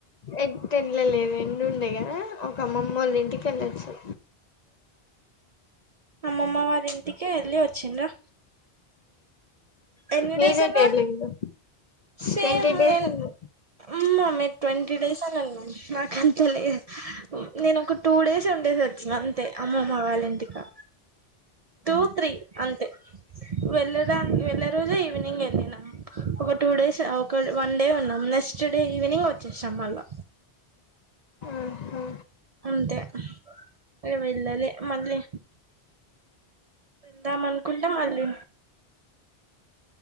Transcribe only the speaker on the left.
ఎట్టు వేళ్ళ లేదు ఎండ ఉండే కదా ఒక అమ్మమ్మ వాళ్ళ ఇంటిక వెళ్ళొచా
మీరేటు
వెళ్ళిండ్రు
ట్వంటీ డేస్
ఉన్నా
ఆహా